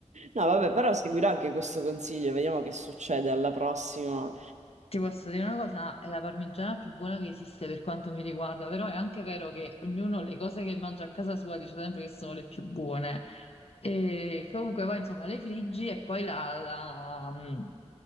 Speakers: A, on the right; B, on the left.
A: No, vabbè, però seguirò anche questo consiglio, vediamo che succede alla prossima.
B: Ti posso dire una cosa, è la parmigiana più buona che esiste per quanto mi riguarda, però è anche vero che ognuno le cose che mangia a casa sua dice sempre che sono le più buone. E comunque poi insomma le friggi e poi la, la- mm,